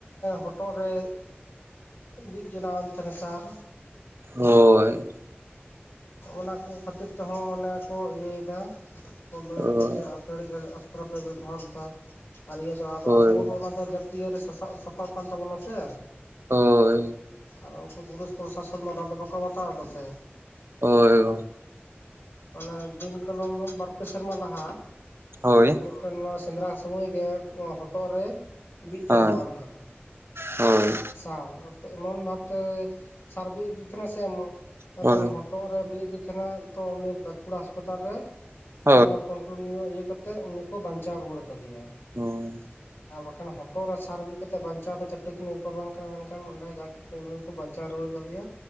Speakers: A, on the left; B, on the right.
A: ᱦᱚᱴᱚᱜ ᱨᱮ ᱢᱤᱫ ᱡᱚᱱᱟᱢ ᱛᱟᱦᱮᱱᱟ ᱥᱟᱨ
B: ᱦᱳᱭ
A: ᱚᱱᱟ ᱠᱚ ᱠᱷᱟᱹᱛᱤᱨ ᱛᱮᱦᱚᱸ ᱢᱟᱱᱮ ᱠᱚ ᱤᱭᱟᱹᱭᱮᱫᱟ ᱵᱚᱱᱫᱚᱭᱮᱫᱟ
B: ᱦᱳᱭ
A: ᱡᱮ ᱟᱹᱛᱷᱟᱹᱲᱤ ᱚᱥᱛᱨᱚ ᱯᱮ ᱵᱮᱵᱚᱦᱟᱨ ᱫᱟ ᱟᱨ ᱤᱭᱟᱹ ᱫᱚ
B: ᱦᱳᱭ
A: ᱟᱵᱚ ᱫᱚ ᱚᱱᱟ ᱡᱟᱹᱛᱤᱭᱟᱹᱨᱤ ᱥᱟ ᱥᱟᱯᱟᱵ ᱠᱟᱱ ᱛᱟᱵᱚᱱᱟ ᱥᱮ
B: ᱦᱳᱭ
A: ᱟᱨ ᱩᱱᱠᱩ ᱯᱩᱞᱤᱥ ᱯᱨᱚᱥᱟᱥᱚᱱ ᱫᱚ ᱚᱱᱟ ᱫᱚ ᱵᱟᱠᱚ ᱵᱟᱛᱟᱣ ᱮᱫᱟ ᱥᱮ
B: ᱳᱭ
A: ᱢᱟᱱᱮ ᱫᱤᱱ ᱠᱟᱞᱚᱢ ᱫᱚ ᱵᱟᱨᱯᱮ ᱥᱮᱨᱢᱟ ᱞᱟᱦᱟ
B: ᱦᱳᱭ
A: ᱢᱤᱫᱴᱮᱱ ᱱᱚᱣᱟ ᱥᱮᱸᱫᱽᱨᱟ ᱥᱚᱢᱚᱭ ᱜᱮ ᱦᱚᱴᱚᱜ ᱨᱮ ᱵᱤᱫ ᱡᱚᱱᱟᱣᱟᱱ
B: ᱦᱳᱭ
A: ᱛᱟᱸᱦᱮᱱᱟ
B: ᱦᱳᱭ
A: ᱥᱟᱨ ᱮᱢᱚᱱ ᱵᱷᱟᱵᱛᱮ ᱥᱟᱨ ᱵᱤᱫ ᱫᱤ ᱛᱟᱦᱮᱱᱟ ᱥᱮ ᱮᱠᱫᱚᱢ
B: ᱦᱳᱭ
A: ᱦᱚᱴᱚᱜ ᱨᱮ ᱵᱤᱫ ᱫᱤ ᱱᱟ ᱛᱚ ᱩᱱᱤ ᱵᱟᱸᱠᱩᱲᱟ ᱦᱟᱸᱥᱯᱟᱛᱟᱞ ᱨᱮ
B: ᱦᱳᱭ
A: ᱚᱱᱟ ᱠᱚᱱᱴᱤᱱᱤᱭ ᱤᱭᱟᱹ ᱠᱟᱛᱮ ᱩᱱᱤ ᱠᱚ ᱵᱟᱧᱪᱟᱣ ᱨᱩᱣᱟᱹᱲ ᱟᱠᱟᱫᱮᱭᱟ
B: ᱦᱳᱭ
A: ᱟᱨ ᱮᱠᱷᱟᱱ ᱦᱚᱴᱚᱜ ᱨᱮ ᱥᱟᱨ ᱵᱤᱫ ᱠᱟᱛᱮᱫ ᱵᱟᱧᱪᱟᱣ ᱫᱚ ᱪᱟᱴᱴᱤ ᱠᱷᱟᱱᱤ ᱵᱮᱯᱟᱨ ᱵᱟᱝ ᱠᱟᱱᱟ ᱢᱮᱱᱠᱷᱟᱱ ᱚᱸᱰᱮ ᱡᱟᱜ ᱩᱱ ᱠᱚ ᱵᱟᱧᱪᱟᱣ ᱨᱩᱭᱣᱟᱹᱲ ᱟᱠᱟᱫᱮᱭᱟ